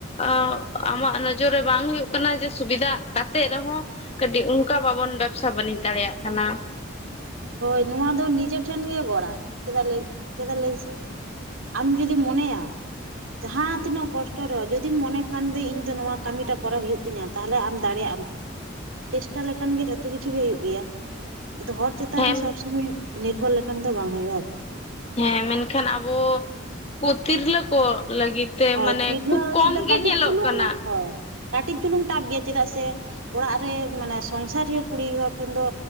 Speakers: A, on the left; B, on the right.
A: ᱚ ᱟᱢᱟᱜ ᱱᱚᱡᱚᱨ ᱨᱮ ᱵᱟᱝ ᱦᱩᱭᱩᱜ ᱠᱟᱱᱟ ᱡᱮ ᱥᱩᱵᱤᱫᱷᱟ ᱠᱟᱛᱮᱜ ᱨᱮᱦᱚᱸ ᱠᱟᱹᱴᱤᱡ ᱚᱱᱠᱟ ᱵᱟᱵᱚᱱ ᱵᱮᱵᱽᱥᱟ ᱵᱟᱹᱱᱤᱡᱽ ᱫᱟᱲᱮᱭᱟᱜ ᱠᱟᱱᱟ ᱾
B: ᱦᱳᱭ ᱱᱚᱣᱟ ᱫᱚ ᱱᱤᱡᱮ ᱴᱷᱮᱱ ᱜᱮ ᱜᱚᱲᱟ ᱪᱮᱫᱟᱜ ᱪᱮᱫᱟᱜ ᱞᱟᱹᱭ ᱢᱮ ᱥᱮ ᱟᱢ ᱡᱩᱫᱤᱢ ᱢᱚᱱᱮᱭᱟ ᱡᱟᱦᱟᱸ ᱛᱤᱱᱟᱹᱜ ᱠᱚᱥᱴᱚ ᱨᱮᱦᱚᱸ ᱡᱩᱫᱤᱢ ᱢᱚᱱᱮ ᱠᱷᱟᱱ ᱫᱚ ᱤᱧ ᱫᱚ ᱱᱚᱣᱟ ᱠᱟᱹᱢᱤᱴᱟ ᱠᱚᱨᱟᱣ ᱦᱩᱭᱩᱜ ᱛᱤᱧᱟᱹ ᱛᱟᱦᱞᱮ ᱟᱢ ᱫᱟᱲᱮᱭᱟᱜ ᱟᱢ ᱪᱮᱥᱴᱟ ᱞᱮᱠᱷᱟᱱ ᱜᱮ ᱡᱷᱚᱛᱚ ᱠᱤᱪᱷᱩ ᱜᱮ ᱦᱩᱭᱩᱜ ᱜᱮᱭᱟ ᱠᱤᱱᱛᱩ ᱦᱚᱲ ᱪᱮᱛᱟᱱ
A: ᱦᱮᱸ
B: ᱨᱮ ᱥᱚᱵᱽ ᱥᱚᱢᱚᱭ ᱱᱤᱨᱵᱷᱚᱨ ᱞᱮᱠᱷᱟᱱ ᱫᱚ ᱵᱟᱝ ᱦᱩᱭᱩᱜᱼᱟ, ᱟᱨ
A: ᱦᱮᱸ ᱢᱮᱱᱠᱷᱟᱱ ᱟᱵᱚ ᱠᱚ ᱛᱤᱨᱞᱟᱹ ᱠᱚ ᱞᱟᱹᱜᱤᱫ ᱛᱮ
B: ᱦᱳᱭ
A: ᱢᱟᱱᱮ
B: ᱛᱤᱨᱞᱟᱹ
A: ᱠᱷᱩᱵ
B: ᱞᱟᱹᱜᱤᱫ
A: ᱠᱚᱢ
B: ᱫᱚ
A: ᱜᱮ
B: ᱠᱟᱹᱴᱤᱡ
A: ᱧᱮᱞᱚᱜ
B: ᱪᱩᱞᱩᱝ
A: ᱠᱟᱱᱟ
B: ᱦᱳᱭ ᱠᱟᱹᱴᱤᱡ ᱪᱩᱞᱩᱝ ᱴᱟᱯ ᱜᱮᱭᱟ ᱪᱮᱫᱟᱜ ᱥᱮ ᱚᱲᱟᱜ ᱨᱮ ᱢᱟᱱᱮ ᱥᱚᱝᱥᱟᱨᱤᱭᱟᱹ ᱠᱩᱲᱤ ᱦᱚᱯᱚᱱ ᱫᱚ